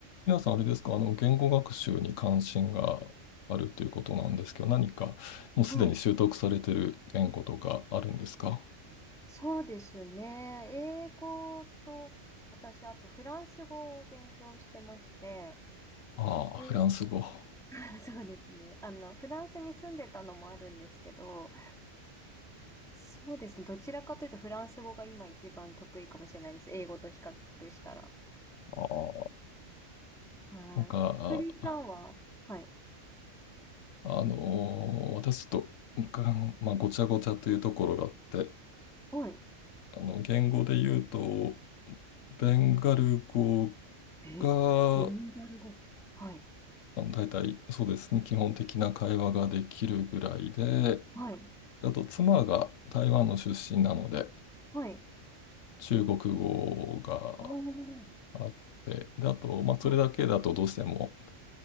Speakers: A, on the left; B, in the centre.
A: 皆さん、あれですか、あの、言語学習に関心があるということなんですけど、何かもうすでに習得されてる言語とかあるんですか
B: はい。そうですね。英語と、私、あとフランス語を勉強してまして、
A: ああ、
B: で、
A: フランス語。あ
B: <laughs> そうですね。あの、フランスに住んでたのもあるんですけど、そうですね。どちらかというとフランス語が今一番得意かもしれないです。英語と比較したら。
A: あ、
B: はい。
A: なんか、
B: クリさんは、
A: あ、
B: はい。
A: あのー私ちょっと、うんまあ、ごちゃごちゃというところがあって、
B: はい。
A: あの、言語で言うと、ベンガル語
B: え、
A: が、
B: ベンガル語。はい。
A: あの大体そうですね、基本的な会話ができるぐらいで、
B: はい。
A: あと妻が台湾の出身なので、
B: はい。
A: 中国語が
B: おお
A: あって、で、あと、まあ、
B: はい。
A: それだけだとどうしても